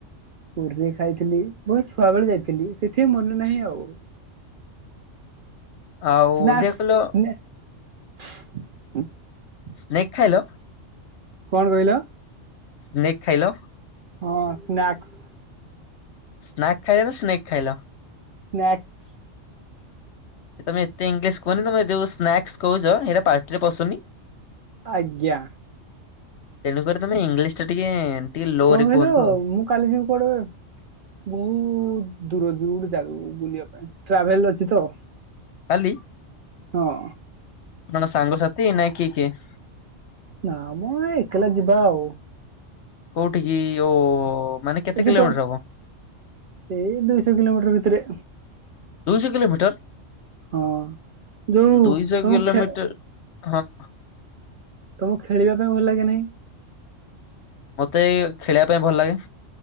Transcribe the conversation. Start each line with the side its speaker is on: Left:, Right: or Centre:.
Right: ପୁରୀରେ ଖାଇଥିଲି ବହୁତ ଛୁଆ ବେଳେ ଯାଇଥିଲି ସେଥିପାଇଁ ମନେ ନାହିଁ ଆଉ।
Left: ଆଉ
Right: ସ୍ନାକ୍ସ
Left: ଦେଖିଆ କହିଲ
Right: <unintelligible>
Left: ସ୍ନେକ୍ ଖାଇଲ
Right: କଣ କହିଲ?
Left: ସ୍ନେକ୍ ଖାଇଲ?
Right: ହଁ ସ୍ନାକ୍ସ।
Left: ସ୍ନାକ୍ ଖାଇଲ ନା ସ୍ନେକ୍ ଖାଇଲ?
Right: ସ୍ନାକ୍ସ।
Left: ତମେ ଏତେ ଇଂଲିଶ କୁହନି ତମେ ଯୋଉ ସ୍ନାକ୍ସ କହୁଛ ହେଇଟା ପାଟିରେ ପଶୁନି।
Right: ଆଜ୍ଞା।
Left: ତେଣୁକରି ତମେ ଇଂଲିଶ ଟା ଟିକେ ଟିକେ ଲୋ
Right: କଣ
Left: ରେ
Right: କହିଲୁ
Left: କୁହନ୍ତୁ ଆଉ
Right: ମୁଁ କାଲି ଯିବି କୁଆଡେ ବହୁତ ଦୂର ଯିବୁ ଜାଗାକୁ ବୁଲିବା ପାଇଁ ଟ୍ରାଭେଲ ଅଛି ତ।
Left: କାଲି?
Right: ହଁ।
Left: କଣ ସାଙ୍ଗସାଥି ନା କିଏ କିଏ?
Right: ନା ମୋ ଏ ଏକଲା ଯିବା ଆଉ।
Left: କୋଉଠିି କି ଓହୋ ମାନେ କେତେ
Right: <unintelligible> ସେଇ
Left: କିଲୋମିଟର ହବ?
Right: ଦୁଇଶହ କିଲୋମିଟର ଭିତରେ।
Left: ଦୁଇଶହ କିିଲୋମିଟର!
Right: ହଁ ଯୋଉ
Left: ଦୁଇଶହ
Right: ତମକୁ
Left: କିିଲୋମିଟର
Right: ଖେ
Left: ହଁ।
Right: ତମକୁ ଖେଳିବା ପାଇଁ ଭଲ ଲାଗେନି?
Left: ମତେ ଏଇ ଖେଳିବା ପାଇଁ ଭଲ ଲାଗେ।